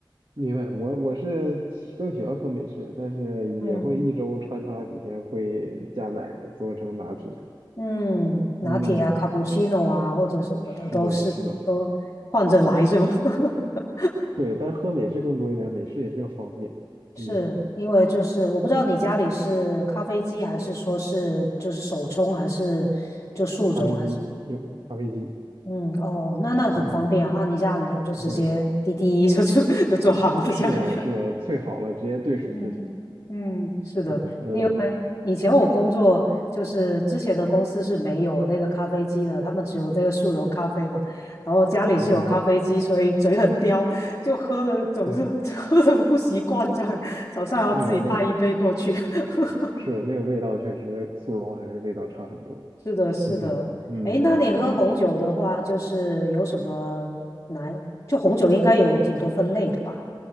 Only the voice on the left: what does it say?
嗯。嗯，拿铁啊、
卡布奇诺啊，或者什么的，
都是都换着来是吧？
<laughs>
是因为就是我不知道你家里是咖啡机还是说是就是手冲还是就速溶还是
嗯哦，那那很方便啊，
按一下按钮就直接滴滴就就
<laughs>
就做好了这样。
嗯嗯，是的，
因为以前我工作就是之前的公司是没有那个咖啡机的，他们只有那个速溶咖啡嘛，然后家里是有咖啡机，
所以嘴很刁，就喝的总是
<laughs> 喝的不习惯，这样早上还要自己带一杯过去。
<laughs>
是的，是的。
哎，那你喝红酒的话，就是有什么难？就红酒应该有挺多分类的吧？